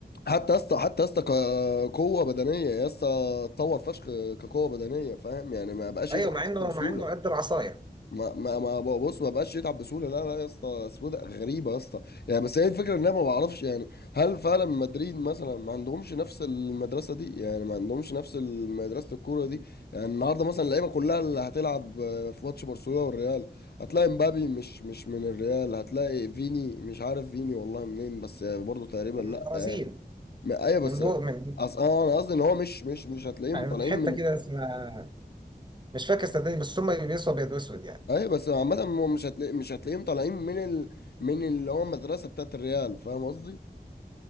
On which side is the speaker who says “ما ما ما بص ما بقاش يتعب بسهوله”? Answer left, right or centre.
Left